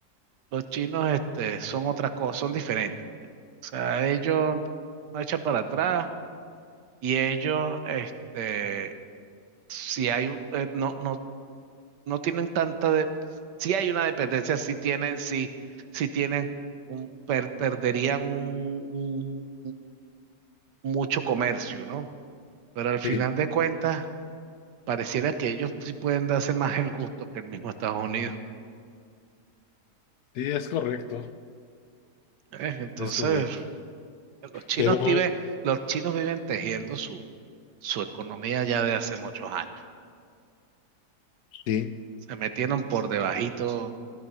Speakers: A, on the right; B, on the left.
A: los chinos, este, son otra cosa, son diferentes. O sea, ellos no echan para atrás y ellos, este, si hay, un- eh, no, no, no tienen tanta de, si hay una dependencia, si tienen, si, si tienen un, per- perderían un, mucho comercio, ¿no? Pero al final
B: Sí,
A: de cuentas, pareciera que ellos sí pueden darse más el gusto que el mismo Estados Unidos.
B: sí, es correcto,
A: ¿eh? Entonces,
B: es correcto.
A: los chinos
B: Pero
A: viven, los chinos viven tejiendo su, su economía ya de hace muchos años.
B: sí,
A: Se metieron por debajito